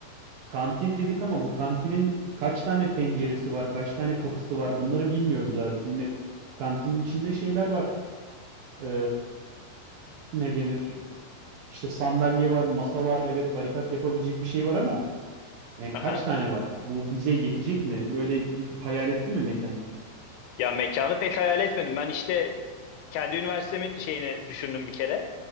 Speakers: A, on the right; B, on the left.
A: kantin dedik ama bu kantinin kaç tane penceresi var, kaç tane kapısı var bunları bilmiyoruz abi. Şimdi kantinin içinde şeyler var. E, ne denir? İşte sandalye var, masa var. Evet barikat yapabilecek bir şey var ama yani kaç
B: Aha.
A: tane var? Bu bize yetecek mi? Böyle hayal etti mi mekanı?
B: Ya mekanı pek hayal etmedim. Ben işte kendi üniversitemin şeyini düşündüm bir kere.